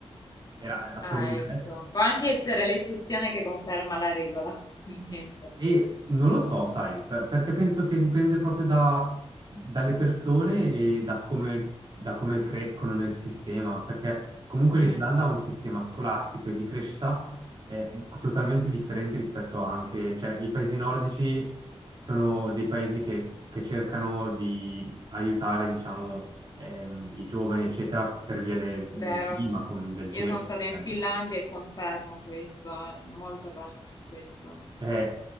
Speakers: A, on the right; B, on the left.
A: era, era fuori
B: Ah,
A: di
B: ecco.
A: testa.
B: Può anche essere l'eccezione che conferma la regola, <laughs> probabilmente.
A: E non lo so, sai, per- perché penso che dipende proprio da- dalle persone e da come, da come crescono nel sistema, perché comunque
B: Mm,
A: l'Islanda ha un sistema scolastico e di crescita eh, totalmente differente rispetto anche, cioè i paesi nordici sono dei paesi che, che cercano di aiutare, diciamo, ehm, i giovani, eccetera, per via de- del
B: vero.
A: clima, con- del
B: Io
A: gelo,
B: sono stata
A: eccetera.
B: in Finlandia e confermo questo, è molto aperto su questo.
A: Eh,